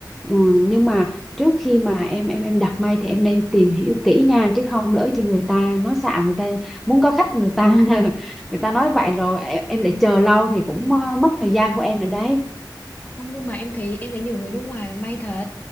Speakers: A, in the centre; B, on the left.
A: Ừm, nhưng mà trước khi mà em em em đặt may thì em nên tìm hiểu kỹ nha chứ không lỡ thì người ta nói xạo người ta muốn có khách người ta <laughs> người ta nói vậy rồi em, em lại chờ lâu thì cũng
B: Ừ.
A: ờ, mất thời gian của em nữa đấy
B: Không, nhưng mà em thấy em thấy nhiều người nước ngoài may thật